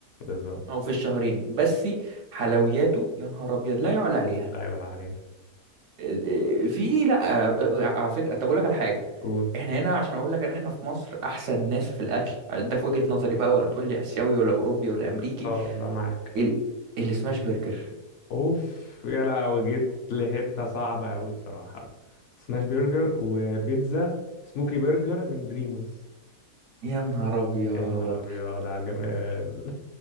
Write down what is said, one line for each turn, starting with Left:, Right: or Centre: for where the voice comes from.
Left: بالظبط
Right: او في الشهرين بس حلوياته يا نهار ابيض لا يعلى عليها
Left: لا يعلى عليك
Right: آه، آه، في لا آه، آه، آه، على فكره طب اقول لك على حاجه
Left: قول
Right: احنا هنا عشان اقول لك ان احنا في مصر احسن ناس في الاكل ده في وجهه نظري بقى ولا تقول لي اسيوي ولا اوروبي ولا امريكي
Left: اه لا معاك
Right: ال... السماش برجر
Left: اوف يا لهوي جيت لحتة صعبة أوي بصراحة سماش برجر وبيتزا سموكي برجر من بريموز
Right: يا نهار ابيض
Left: يا نهار أبيض على الجمال